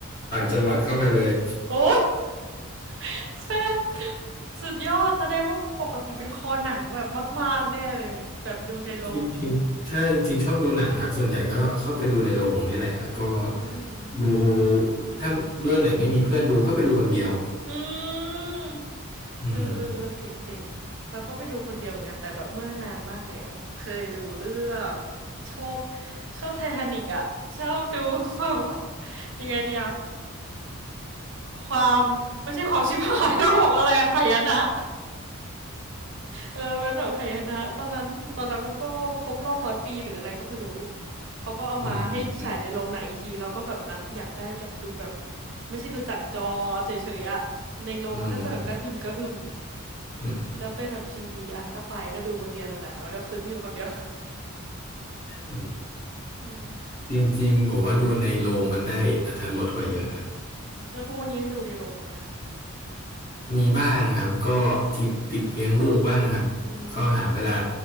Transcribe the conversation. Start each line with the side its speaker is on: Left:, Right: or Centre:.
Left: ต่างจังหวัดเข้าไปเลย
Right: โอ้ <laughs> แฟนสุดยอด แสดงว่าปกติเป็นคอหนังแบบมากๆแน่เลย แบบดูในโรง
Left: จริงๆใช่จริงๆชอบดูหนังครับส่วนใหญ่ก็เข้าไปดูในโรงนี่แหละแล้วก็
Right: อ๋อ
Left: ดูถ้าเรื่องไหนไม่มีเพื่อนดูก็ไปดูคนเดียว
Right: อืม
Left: อืม
Right: เออเออเออเจ๋งเจ๋งเราก็ไปดูคนเดียวเหมือนกันแต่แบบเมื่อนานมากแล้ว เคยดูเรื่องชอบชอบไททานิกอะชอบดูความ ยังไงดีอะ ความไม่ใช่ความชิบหายนะบอกว่าอะไร <laughs> หายนะเออเป็นแบบหายนะตอนนั้นตอนนั้นมันก็ครบรอบร้อยปีหรืออะไรก็ไม่รู้เขาก็เอามาให้ฉายในโรงหนังอีกทีเราก็แบบนะอยากได้อยากดูแบบ
Left: อืมอืม
Right: ไม่ใช่ดูจากจอเฉยๆอะในโรงมันก็จะแบบกระหึ่มกระหึ่ม
Left: อืมอืมอืม
Right: แล้วเป็นแบบ 3D อ่ะก็ไปก็ดูคนเดียวนั่นแหละค่ะแล้วก็ซึ้งอยู่คนเดียว
Left: อืม
Right: <laughs> นั่นแหละค่ะ
Left: จริงๆผมว่าดูในโรงมันได้อรรถรสกว่าเยอะครับ
Right: แล้วทุกวันนี้ยังดูในโรงอยู่ไหมคะ
Left: มีบ้างครับก็ติดติดเลี้ยงลูกบ้างครับ
Right: อื
Left: ก็หาเวลา
Right: ม